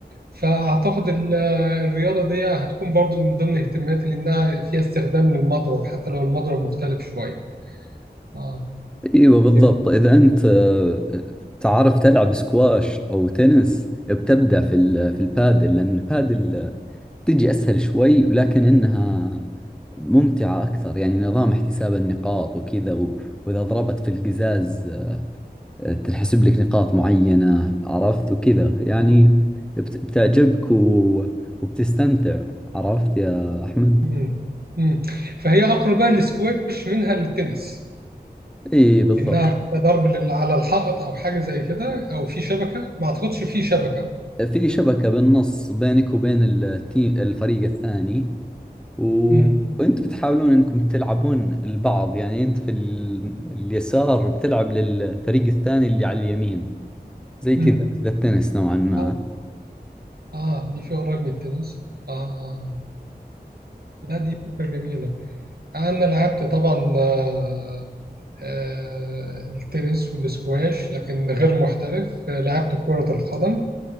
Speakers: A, on the right; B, in the centre.
A: فاعتقد ال- الرياضه دي هتكون برضو من ضمن اهتماماتي لانها فيها استخدام للمضرب حتى لو المضرب مختلف شويه اه
B: أيوة بالضبط
A: جميل
B: إذا أنت آه، تعرف تلعب سكواش أو تنس بتبدع في ال- في البادل لأن البادل آه، تجي أسهل شوي لكن إنها ممتعة أكثر يعني نظام احتساب النقاط وكذا و- وإذا ضربت في القزاز آه، تنحسب لك نقاط معينة عرفت وكذا يعني
A: آه.
B: بت- بتعجبك و- وبتستمتع عرفت يا أحمد؟
A: مم. مم. فهي اقرب بقى الاسكواش منها للتنس
B: إي بالضبط
A: لانها ضرب لل- على الحائط او حاجه زي كده او في شبكه ما اعتقدش في شبكه
B: في شبكة بالنص بينك وبين التيم الفريق الثاني و...
A: مم.
B: وانت بتحاولون انكم تلعبون البعض يعني انت في ال... اليسار بتلعب للفريق الثاني اللي على اليمين زي كذا
A: امم
B: مثل التنس نوعا ما
A: اه اه دي فيها قريب من التنس اه آه. لا دي فكرة جميلة انا لعبت طبعا آه آه التنس والسكواش لكن غير محترف آه، لعبت كرة القدم